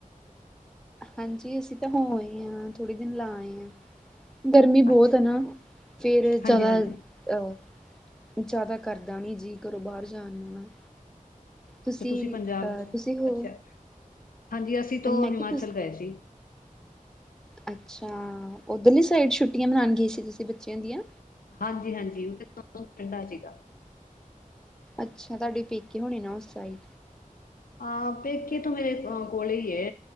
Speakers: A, in the centre; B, on the left.
A: ਹਾਂਜੀ ਅਸੀਂ ਤਾਂ ਹੋਏ ਆ, ਥੋੜੇ ਦਿਨ ਲਾ ਆਏ ਆ। ਗਰਮੀ ਬਹੁਤ
B: ਅੱਛਾ,
A: ਹੈ ਨਾ, ਫੇਰ ਜਿਆਦਾ
B: ਹਾਂਜੀ-ਹਾਂਜੀ
A: ਅਹ, ਜ਼ਿਆਦਾ ਕਰਦਾ ਨੀ ਜੀ ਘਰੋਂ ਬਾਹਰ ਜਾਣ ਨੂੰ ਨਾ। ਤੁਸੀਂ
B: ਤੇ ਪੰਜਾਬ
A: ਅਹ,
B: ਚ
A: ਤੁਸੀਂ ਹੋ
B: ਅੱਛਾ, ਹਾਂਜੀ, ਅਸੀਂ ਤੋਂ
A: ਮੈਂ
B: ਹਿਮਾਚਲ
A: ਕਿਹਾ ਤੁਸੀਂ
B: ਗਏ ਸੀ
A: ਅੱਛਾ, ਉੱਧਰਲੀ ਸਾਈਡ ਛੁੱਟੀਆਂ ਮਨਾਉਣ ਗਈ ਸੀ ਤੁਸੀਂ ਬੱਚਿਆਂ ਦੀਆਂ।
B: ਹਾਂਜੀ-ਹਾਂਜੀ ਉੇ ਠੰਡਾ ਸੀਗਾ
A: ਅੱਛਾ, ਤੁਹਾਡੇ ਪੇਕੇ ਹੋਣੇ ਨਾ ਉਸ ਸਾਈਡ
B: ਆਹ ਪੇਕੇ ਤੋਂ ਮੇਰੇ ਕੋਲ ਹੀ ਹੈ,